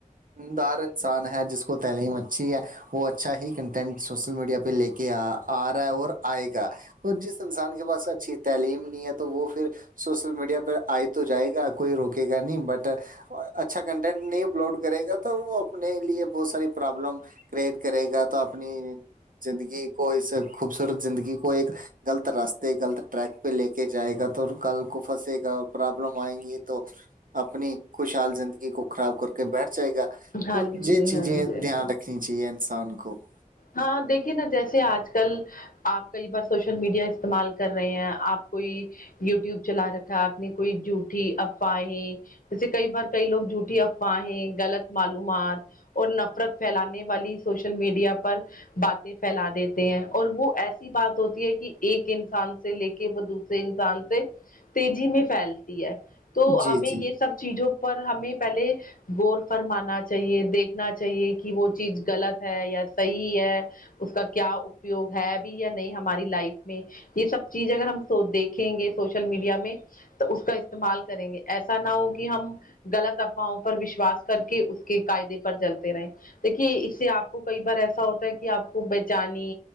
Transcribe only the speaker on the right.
دار انسان ہے جس کو تعلیم اچھی ہے وہ اچھا ہی کنٹینٹ سوشل میڈیا پہ لے کے آ رہا ہے اور آئے گا اور جس انسان کے پاس اچھی تعلیم نہیں ہے تو وہ پھر سوشل میڈیا پ آئے تو جائے گا کوئی روکے گا نہیں بٹ اور اچھا کنٹینٹ نہیں اپلوڈ کرے گا تو وہ اپنے لیے بہت ساری پرابلم کریئٹ کرے گا تو اپنی زندگی کو اس خوبصورت زندگی کو ایک غلط راستے غلط ٹریک پہ لے کے جائے گا تو کل کو پھنسے گا پرابلم آئیں گی تو اپنی خوشحال زندگی کو خراب کر کے بیٹھ جائے گا
تو
یہ چیزیں
دھیان رکھ چاہیے انسان کو <unintelligible>
جی
جی